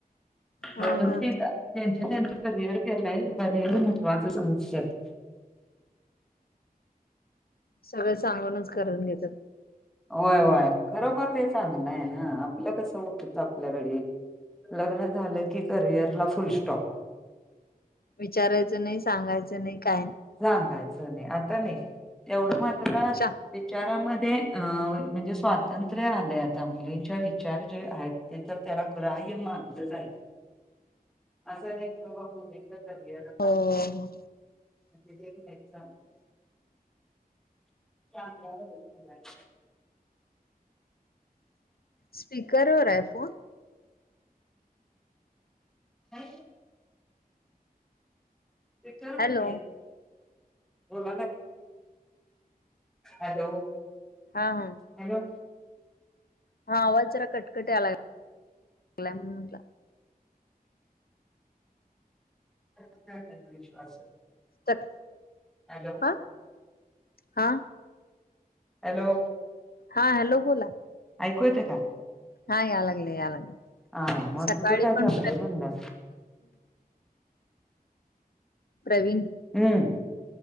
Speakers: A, on the left; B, in the centre.
A: हा
B: ववस्थीत
A: हा
B: त्यांच्या त्यांच करिअर केलाय करिअर महत्वाचं समजतात.
A: सगळं सांगूनच करून घेतात.
B: होय होय खरोखर ते चांगलं आहे ना आपलं कस उठत आपल्या वेळी. लग्न झालं की करिअर ला फुल स्टॉप.
A: विचारायचं नाही सांगायचं नाही काय.
B: सांगायचं नाही आता नाही तेवढं मात्र.
A: शा
B: विचारामध्ये अ म्हणजे स्वातंत्र्य आलंय आता मुलींच्या विचार जे आहेत ते तर. त्याला ग्राह्य मानलं जाईल. असा अनेक प्रभाम त.
A: हो हो.
B: ह एक्झाम. <inaudible>
A: स्पीकरवर आहे फोन?
B: नाही. स्पीकर
A: हॅलो
B: वर नाही. हो हॅलो.
A: हा हा.
B: हॅलो.
A: हा आवाज जरा कटकट यायला लागलाय म्हणून म्हटला.
B: काय विश्वास आहे.
A: त.
B: हॅलो.
A: ह हा.
B: हॅलो.
A: हा हॅलो बोला.
B: ऐकू येत का
A: हा या लागले या लागले
B: हा मग
A: सकाळी
B: तुझं काय
A: पण
B: चाललंय म्हणलं
A: प्रवीण
B: हम्